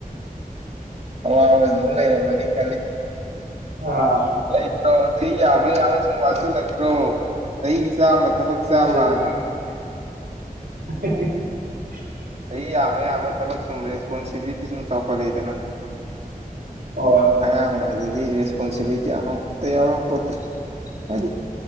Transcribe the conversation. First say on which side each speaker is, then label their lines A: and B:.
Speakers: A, on the right (about 45°); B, on the right (about 85°).
A: ꯑꯋꯥꯕꯖꯨꯃ ꯂꯩꯔꯃꯅꯤ ꯈꯜꯂꯤ
B: ꯑꯥ
A: ꯂꯩꯇ꯭ꯔꯣ ꯆꯍꯤ ꯌꯥꯝꯃ ꯌꯥꯝꯃ ꯁꯨꯝ ꯋꯥꯠꯁꯤꯜꯂꯛꯇ꯭ꯔꯣ ꯆꯍꯤ ꯆꯥꯃ ꯊꯕꯛ ꯆꯥꯝꯃꯅ
B: ꯑꯩꯁꯨ <inaudible>
A: ꯆꯍꯤ ꯌꯥꯝꯃ ꯌꯥꯝꯃ ꯊꯕꯛ ꯁꯨꯝ ꯔꯦꯁꯄꯣꯟꯁꯤꯕꯤꯂꯤꯇꯤ ꯁꯨꯝ ꯆꯥꯎꯈꯠꯂꯛꯏꯗꯅ
B: ꯍꯣꯏ
A: ꯑꯉꯥꯡ ꯑꯣꯏꯉꯩꯗꯗꯤ ꯔꯦꯁꯄꯣꯟꯁꯤꯕꯤꯂꯤꯇꯤ ꯑꯃꯠꯇ ꯌꯥꯎꯔꯝ ꯄꯣꯠꯇꯦ ꯍꯥꯏꯗꯤ